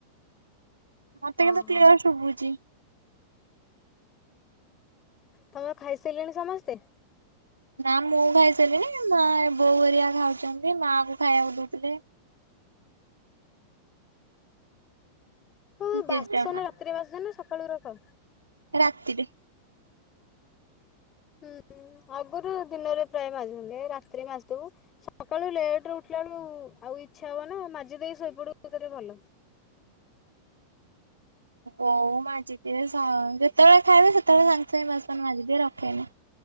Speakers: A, on the right; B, on the left.
A: ମତେ କିନ୍ତୁ
B: ଓହୋ
A: କ୍ଲିୟର ଶୁଭୁଚି।
B: ତମର ଖାଇ ସାରିଲେଣି ସମସ୍ତେ।
A: ନା ମୁଁ ଖାଇସାରିଲିଣି ମା ଏ ବୋଉ ହେରିକା ଖାଉଛନ୍ତି ମା କୁ ଖାଇବାକୁ ଦଉଥିଲେ।
B: ଓହ
A: ଜେଜେମା
B: ବାସନ ରାତିରେ ମାଜୁଛନା ସକାଳୁ ରଖ।
A: ରାତିରେ।
B: ହୁଁ। ଆଗରୁ ଦିନରେ ପ୍ରାୟ ମାଜୁଛନ୍ତି ଏ ରାତିରେ ମାଜିଦେବୁ। ସକାଳୁ ଲେଟରେ ଉଠିଲା ବେଳୁ ଆଉ ଇଚ୍ଛା ହବ ନା ମାଜି ଦେଇକି ଶୋଇପଡୁ ସେ ଯେ ଭଲ।
A: ବୋଉ ମାଜି ଦିଏ ସ ଯେତେବେଳେ ଖାଇବେ ସେତେବେଳେ ସାଙ୍ଗେ ସାଙ୍ଗେ ବାସନ ମାଜି ଦିଏ ରଖେନି।